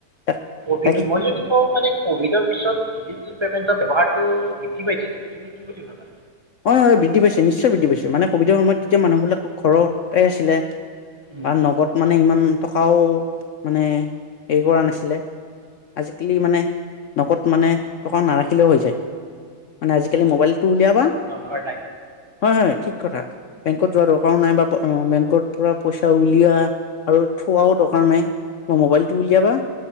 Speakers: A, on the left; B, on the right.
A: তাক
B: ভি
A: তাকি
B: মই যদি কওঁ মানে, ক'ভিডৰ পিছত ডিজিটেল পেমেণ্টৰ ব্যৱহাৰটো বৃদ্ধি পাইছে নেকি? তুমি কি বুলি ভাবা?
A: হয় হয়। বৃদ্ধি পাইছে। নিশ্চয় বৃদ্ধি পাইছে। মানে ক'ভিডৰ সময়ত তেতিয়া মানুহবিলাক ঘৰতেই আছিলে।
B: উম,
A: পা নগদ মানে ইমান টকাও, মানে হেৰি কৰা নাছিলে। আজিকালি মানে, নগদ মানে টকা নাৰাখিলেও হৈ যায়। মানে আজিকালি মোবাইল টো উলিয়াবা।
B: ঘৰ নাই
A: হয় হয়, ঠিক কথা। বেংকত যোৱা দৰকাৰো নাই বা বেংকৰ পৰা পইচা উলিওৱা আৰু থোৱাও দৰকাৰ নাই। মোবাইলেটো উলিয়াবা